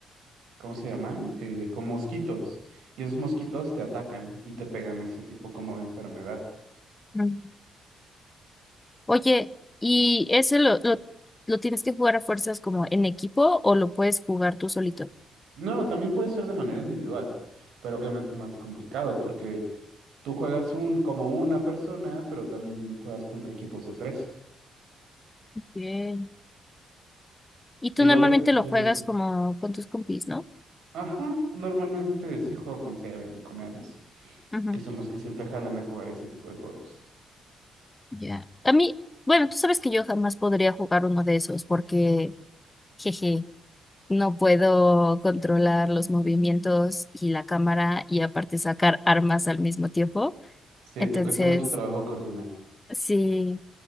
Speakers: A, on the right; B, on the left.
A: ¿cómo se llaman? Eh, con mosquitos. Y esos mosquitos te atacan y te pegan ese tipo como de enfermedad.
B: Mm. Oye, ¿y ese lo, lo, lo tienes que jugar a fuerzas como en equipo o lo puedes jugar tú solito?
A: No, también puede ser de manera individual, pero obviamente es más complicado porque tú juegas un, como una persona, pero también juegas contra equipos de tres.
B: Ok. Y tú
A: Igual
B: normalmente
A: existen...
B: lo juegas como con tus compis, ¿no?
A: Ajá, normalmente sí juego con Seven o con Avis,
B: Ujú,
A: que son los que siempre jalan a jugar ese tipo de juegos.
B: Ya. A mí, bueno, tú sabes que yo jamás podría jugar uno de esos porque, jeje, no puedo controlar los movimientos y la cámara y aparte sacar armas al mismo tiempo.
A: Sí,
B: Entonces,
A: te cuesta mucho trabajo coordinar.
B: sí,